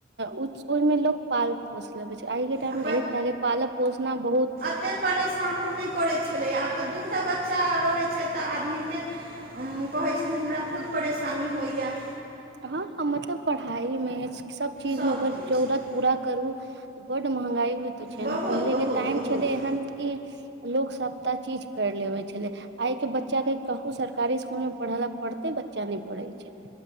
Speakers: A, on the right; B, on the right.
A: ओहिमे लोक। पाल पोष लेबे छैय आइ के टाइम
B: आ
A: मे एकटा के पालक पोषना बहुत।
B: ओते परेशानो नहि करै छलै या आब तऽ दू टा बच्चा रहै छैय तऽ आदमी के। कहैय छैय जे हमरा खुद परेशानी होइया।
A: अहांक मतलब पढ़ाइ मे अछि सब चीज
B: सभकिछु
A: मे ओकर जरूरत। पूरा करू बड महंगाइ होइ तऽ छैय
B: बहुत
A: न पहिले
B: बहुत
A: के टाइम
B: बहुत
A: छलैय हन की लोक सबटा चीज कर लेबे छलैय। आइ के बच्चा के कहू सरकारी स्कुल मे पढ़ लै पढते बच्चा नहि पढ़े छैय।